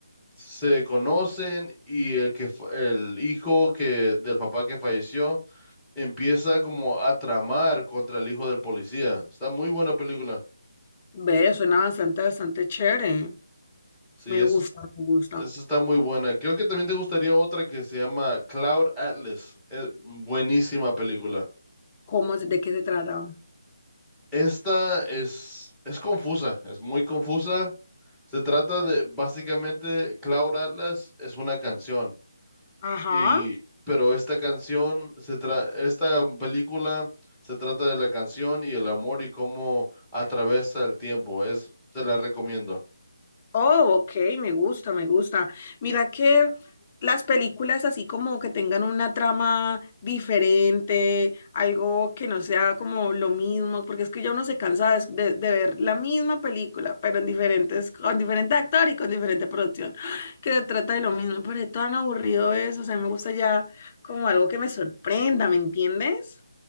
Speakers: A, in the centre; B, on the left.
A: se conocen y el que fu- el hijo que del papá que falleció empieza como a tramar contra el hijo del policía. Está muy buena película.
B: Ve, suena bastante, bastante chévere.
A: Sí,
B: Me
A: eso,
B: gusta, me gusta.
A: eso está muy buena. Creo que también te gustaría otra que se llama Cloud Atlas. Es buenísima película.
B: ¿Cómo, es- de qué se trata?
A: Esta es es confusa, es muy confusa. Se trata de básicamente Cloud Atlas es una canción.
B: Ajá.
A: Y, pero esta canción, se tra- esta película se trata de la canción y el amor y cómo atraviesa el tiempo. Es, te la recomiendo.
B: Oh, ok, me gusta, me gusta. Mira que las películas así como que tengan una trama diferente, algo que no sea como lo mismo, porque es que ya uno se cansa de, de- de ver la misma película, pero en diferentes, con diferente actor y con diferente producción, que se trata de lo mismo, pero es tan aburrido eso, o sea, me gusta ya como algo que me sorprenda, ¿me entiendes?